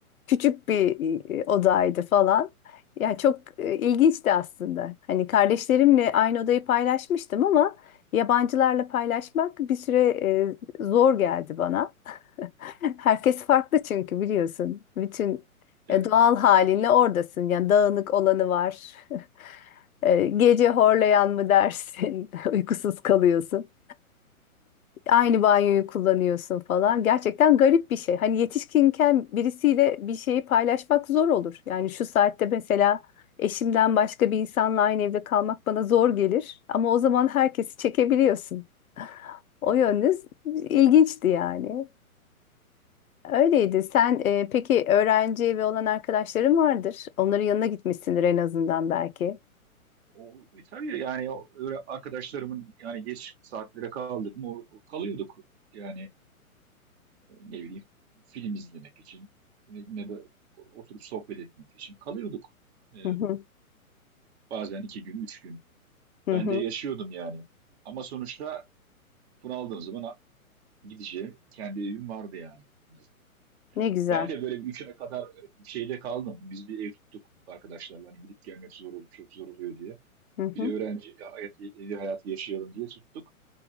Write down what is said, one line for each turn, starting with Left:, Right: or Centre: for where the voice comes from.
Left: küçük bir e, odaydı falan. Yani çok e, ilginçti aslında. Hani kardeşlerimle aynı odayı paylaşmıştım ama yabancılarla paylaşmak bir süre e, zor geldi bana. <laughs> Herkes farklı çünkü biliyorsun. Bütün
Right: Evet.
Left: e, doğal halinle oradasın. Yani dağınık olanı var. <laughs> E, Gece horlayan mı dersin? <laughs> Uykusuz kalıyorsun aynı banyoyu kullanıyorsun falan. Gerçekten garip bir şey. Hani yetişkinken birisiyle bir şeyi paylaşmak zor olur. Yani şu saatte mesela eşimden başka bir insanla aynı evde kalmak bana zor gelir. Ama o zaman herkesi çekebiliyorsun. O yönünüz ilginçti yani. Öyleydi. Sen e, peki öğrenci evi olan arkadaşların vardır. Onların yanına gitmişsindir en azından belki.
Right: O, e, tabii yani o- öyle arkadaşlarımın yani geç saatlere kaldık mı o- o- kalıyorduk. Yani e, ne bileyim film izlemek için ne, ne de oturup sohbet etmek için kalıyorduk. E,
Left: Hı hı,
Right: Bazen iki gün, üç gün.
Left: hı
Right: Ben
Left: hı.
Right: de yaşıyordum yani. Ama sonuçta bunaldığım zaman a- gideceğim kendi evim vardı yani en azından.
Left: Ne güzel.
Right: Ben de böyle bir üç ay kadar e, şeyde kaldım. Biz bir ev tuttuk arkadaşlarla hani gidip gelmek zor oluyor, çok zor oluyor diye.
Left: Hı
Right: Bir
Left: hı.
Right: de öğrenci e, hayat- e, evi hayatı yaşayalım diye tuttuk.